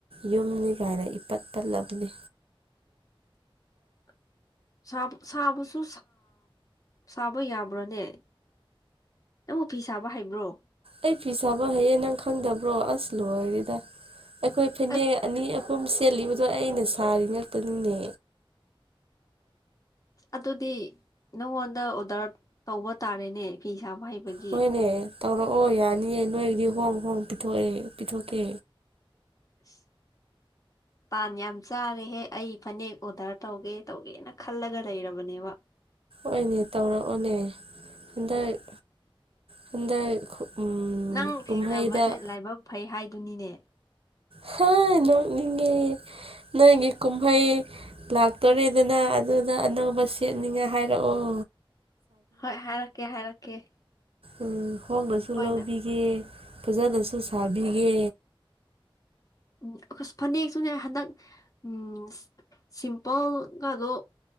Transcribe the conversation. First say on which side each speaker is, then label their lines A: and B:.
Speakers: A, on the right; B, on the left.
A: ꯌꯨꯝꯅꯤ ꯀꯥꯏꯅ ꯏꯄꯠ ꯄꯠꯂꯕꯅꯤ
B: <unintelligible> ꯁꯥꯕꯁꯨ ꯁꯥꯕ ꯌꯥꯕ꯭ꯔꯣꯅꯦ ꯅꯪ ꯑꯣꯐꯤꯁ ꯁꯥꯕ ꯍꯩꯕ꯭ꯔꯣ
A: ꯑꯩ ꯐꯤ ꯁꯥꯕ ꯍꯩꯌꯦꯦ ꯅꯪ ꯈꯪꯗꯕ꯭ꯔꯣ ꯑꯁ ꯂꯣꯏꯔꯦꯗ ꯑꯩꯈꯣꯏ ꯐꯅꯦꯛ
B: ꯑꯁ
A: ꯑꯅꯤ ꯁꯨꯝ ꯁꯦꯠꯂꯤꯕꯗꯣ ꯑꯩꯅ ꯁꯥꯔꯤ ꯉꯥꯛꯛꯇꯅꯤꯅꯦ
B: ꯑꯗꯨꯗꯤ ꯅꯪꯉꯣꯟꯗ ꯑꯣꯗꯔ ꯇꯧꯕ ꯇꯥꯔꯦꯅꯦ ꯐꯤꯁ ꯄꯩꯁꯥ ꯄꯥꯏꯕꯒꯤ
A: ꯍꯣꯏꯅꯦ ꯇꯧꯔꯛꯑꯣ ꯌꯥꯅꯤꯌꯦ ꯅꯣꯏꯒꯤꯗꯤ ꯍꯣꯡ ꯍꯣꯡ ꯄꯤꯊꯣꯛꯑꯦ ꯄꯤꯊꯣꯛꯀꯦ
B: <unintelligible> ꯄꯥꯟ ꯌꯥꯝ ꯆꯥꯔꯦꯍꯦ ꯑꯩ ꯐꯅꯦꯛ ꯑꯣꯗꯔ ꯇꯧꯒꯦ ꯇꯧꯒꯦꯅ ꯈꯜꯂꯒ ꯂꯩꯔꯕꯅꯦꯕ
A: ꯍꯅꯦ ꯇꯧꯔꯛꯑꯣꯅꯦ ꯍꯟꯗꯛ ꯍꯟꯗꯛ ꯎꯝ
B: ꯅꯪ ꯊꯦꯡꯅꯕꯁꯦ
A: ꯀꯨꯝꯍꯩꯗ
B: ꯂꯥꯏꯕꯛ ꯐꯩ ꯍꯥꯏꯗꯨꯅꯤꯅꯦ
A: ꯍ ꯅꯣꯡꯅꯤꯦ ꯅꯣꯏꯒꯤ ꯀꯨꯝꯍꯩ ꯂꯥꯛꯇꯣꯔꯦꯗꯅ ꯑꯗꯨꯗ ꯑꯅꯧꯕ ꯁꯦꯠꯅꯤꯡꯉ ꯍꯥꯏꯔꯛꯑꯣ
B: ꯍꯣꯏ ꯍꯥꯏꯔꯛꯀꯦ ꯍꯥꯏꯔꯛꯀꯦ
A: ꯎ ꯍꯣꯡꯕꯁꯨ
B: ꯑꯩꯈꯣꯏꯅ
A: ꯂꯧꯕꯤꯒꯦ ꯐꯖꯅꯁꯨ ꯁꯥꯕꯤꯒꯦ
B: ꯎ ꯐꯅꯦꯛꯁꯨꯅꯦ ꯍꯟꯗꯛ ꯎꯝ ꯁꯤꯝꯄꯜꯒꯗꯣ